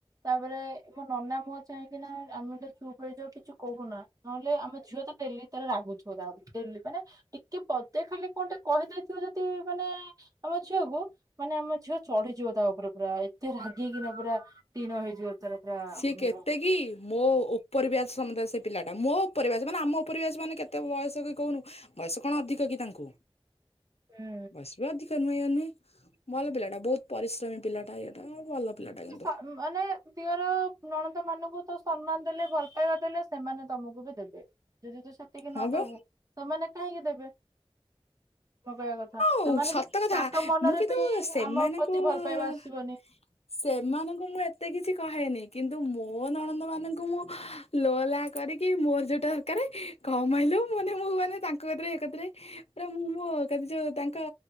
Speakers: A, on the right; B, on the left.
A: ତାପରେ ମୋ ନନା ମୁହଁ ଚାହିଁକି ନା ଆମେ ଗୋଟେ ଚୁପ୍ ରହିଯାଉ କିଛି କହୁନା। ନହେଲେ ଆମ ଝିଅ ତ ଡେଲି ତାର ରାଗୁଥିବ ତା ଉପୁରୁକୁ ଡେଲି ମାନେ ଟିକେ ପଦେ ଖାଲି କଣ ଟେ କହିଦେଇଥିବ ଯଦି ମାନେ ଆମ ଝିଅକୁ ମାନେ ଆମ ଝିଅ ଚଢିଯିବ ତା ଉପରେ ପୁରା ଏତେ ରାଗିକିନା ପୁରା ଟିଣ ହେଇଯିବ ତାର ପୁରା
B: ସିଏ
A: ମୁଣ୍ଡ।
B: କେତେ କି ମୋ ଓପର ବ୍ୟାଚ ସମସ୍ତ ସେ ପିଲାଟା ମୋ ଉପର ବ୍ୟାଚ ମାନେ ଆମ ଉପର ବ୍ୟାଚ ମାନେ କେତେ ବୟସକି କହୁନୁ? ବୟସ କଣ ଅଧିକ କି ତାଙ୍କୁ?
A: ହୁଁ।
B: ଆସିବା ଅଧିକ ନୁହେଁ ଇ ନୁହେଁ ଭଲ ପିଲାଟା ବହୁତ ପରିଶ୍ରମୀ ପିଲାଟା ଏଇଟା ଭଲ ପିଲାଟା କିନ୍ତୁ।
A: ସ ମାନେ ତିଅର ନଣଦ ମାନଙ୍କୁ ତସ ସମ୍ମାନ ଦେଲେ ଭଲ ପାଇବା ଦେଲେ ସେମାନେ ତମକୁ ବି ଦେବେ। ଯଦି ତୁ ସେତିକି ନଦବୁ
B: ହଁ ବା
A: ସେମାନେ କାହିଁକି ଦେବେ। ମ କହିବା କଥା
B: ମୁଁ
A: ସେମାନେ
B: ସତ
A: ବି
B: କଥା
A: ତାଙ୍କ ମନରେ
B: ମୁଁ କିନ୍ତୁ
A: ବି
B: ସେମାନଙ୍କୁ
A: ଆମ ପ୍ରତି ଭଲ ପାଇବା ଆସିବନି।
B: ସେମାନଙ୍କୁ ମୁଁ ଏତେ କିଛି କହେନି କିନ୍ତୁ ମୋ ନଣନ୍ଦ ମାନଙ୍କୁ ମୁଁ ଲୋ ଲା କରିକି ମୋର ଯୋଉଟା ଦରକାରେ କମେଇଲୋ ମାନେ ମୁଁ ମାନେ ତାଙ୍କ କତିରେ ଏ କତିରେ ପୁରା ମୁଁ ମୋ କତି ଯୋଉ ତାଙ୍କ